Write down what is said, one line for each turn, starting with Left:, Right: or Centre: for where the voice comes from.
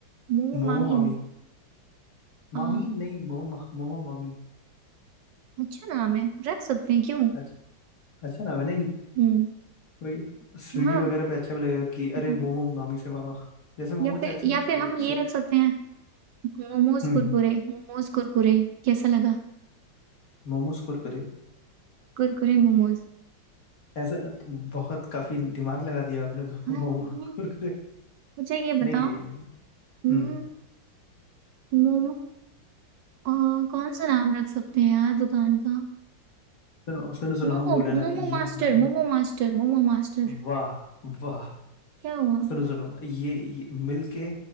Right: मोमो
Left: मोमो
Right: मामी
Left: मामी
Right: अ,
Left: मामी नहीं मोमो मोमो मामी
Right: अच्छा नाम है, रख सकते हैं, क्यों?
Left: अच्छा अच्छा नाम है नहीं
Right: हुँ,
Left: वही स्विगी
Right: हाँ।
Left: वगैरह पे अच्छा भी लगेगा कि
Right: हम्म,
Left: अरे मोमो मामी से मांगो जैसे मोमो
Right: या
Left: चाची
Right: फिर या फिर
Left: अ,
Right: हम ये
Left: श-
Right: रख सकते हैं मोमोज
Left: हम्म
Right: कुरकुरे मोमोज कुरकुरे कैसा लगा
Left: मोमोज कुरकुरे
Right: कुरकुरे मोमोज
Left: ऐसा तो बहुत काफी दिमाग लगा दिया आपने तो
Right: हाँ,
Left: <laughs> मोमो
Right: ये-
Left: कुरकुरे
Right: मुझे ये
Left: नहीं
Right: बताओ
Left: नहीं नहीं नहीं नहीं।
Right: हम्म,
Left: हम्म
Right: मोमो अ, कौन सा नाम रख सकते हैं यार दुकान का
Left: सुनो सुनो सुनो
Right: Momo
Left: हम बोल रहे हैं
Right: momo
Left: ना ये
Right: master
Left: न, न-
Right: momo master momo master
Left: वाह वाह
Right: क्या हुआ
Left: सुनो सुनो ये, ये मिल के